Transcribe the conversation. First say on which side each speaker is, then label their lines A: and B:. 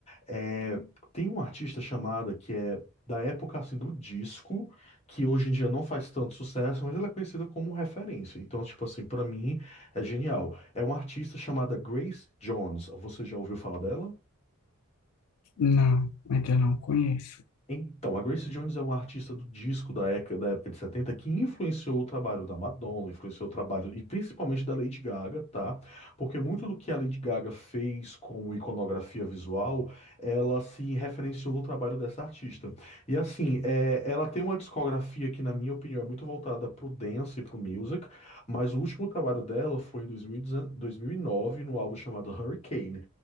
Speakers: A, on the left; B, on the left.
A: É, tem um artista chamada que é da época assim do disco, que hoje em dia não faz tanto sucesso, mas ela é conhecida como referência. Então, tipo assim, pra mim é genial. É uma artista chamada Grace Jones. Você já ouviu falar dela?
B: Não, ainda não conheço.
A: Então, a Grace Jones é uma artista do disco da época, da época de 70, que influenciou o trabalho da Madonna, influenciou o trabalho e principalmente da Lady Gaga, tá? Porque muito do que a Lady Gaga fez como iconografia visual, ela se referenciou no trabalho dessa artista. E assim, é, ela tem uma discografia que, na minha opinião, é muito voltada pro dance e pro music, mas o último trabalho dela foi em 2019, no álbum chamado Hurricane.